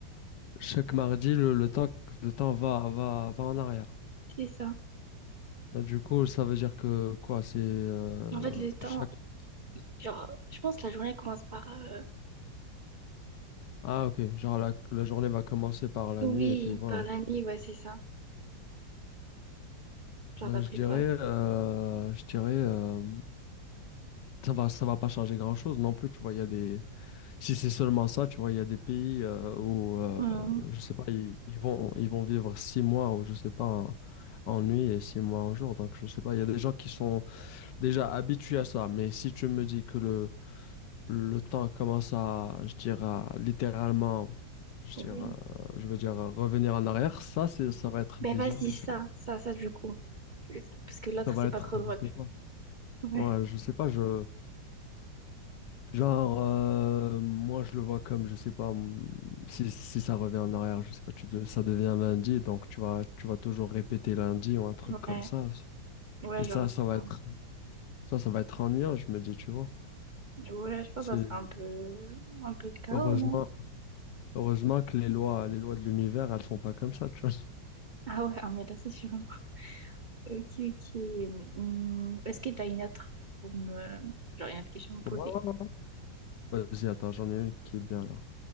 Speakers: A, on the left; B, on the right.
A: Chaque mardi, le, le temps, le temps va, va, va en arrière.
B: C'est ça.
A: Bah, Du coup, ça veut dire que quoi, c'est euh,
B: En fait le temps,
A: chaque...
B: il- genre je pense que la journée elle commence par euh,
A: Ah, ok, genre la, la journée va commencer par la
B: oui,
A: nuit et puis voilà.
B: par la nuit, ouais c'est ça. Genre
A: Ben,
B: d'après
A: je dirais,
B: toi.
A: euh, je dirais, euh, ça va, ça va pas changer grand-chose non plus. Tu vois, il y a des, Si c'est seulement ça, tu vois, il y a des pays euh, où, euh,
B: mhm
A: je sais pas, ils, ils vont, ils vont vivre six mois ou je sais pas, en, en nuit et six mois en jour. Donc, je sais pas, il y a des gens qui sont déjà habitués à ça. Mais si tu me dis que le, le temps commence à, je dirais, littéralement, je
B: Oui.
A: dirais, je veux dire, euh, revenir en arrière, ça, c'est, ça va être
B: Ben
A: bizarre,
B: vas-y,
A: je
B: ça,
A: sais pas.
B: ça, ça du coup. Parce que l'autre,
A: Ça va
B: c'est
A: être,
B: pas trop drôle.
A: je sais pas.
B: Ouais.
A: Ouais, je sais pas, je. Genre, euh, moi je le vois comme, je sais pas, mm, si, si ça revient en arrière, je sais pas, tu de- ça devient lundi, donc tu vas, tu vas toujours répéter lundi ou un truc comme
B: Ouais,
A: ça.
B: ouais,
A: Et ça,
B: genre, je-
A: ça va
B: pense-
A: être, ça, ça va être ennuyant, je me dis, tu vois.
B: ouais, je pense
A: C'est
B: que ça sera un peu, un peu le chaos,
A: heureusement,
B: non?
A: heureusement que les lois, les lois de l'univers, elles sont pas comme ça, tu vois.
B: Ah ouais, ah, mais là, c'est sûr. Ok, ok. Hum, est-ce que t'as une autre pour me... genre une autre question à me poser?
A: Ouais, ouais, ouais. Vas-y, attends, j'en ai une qui est bien là.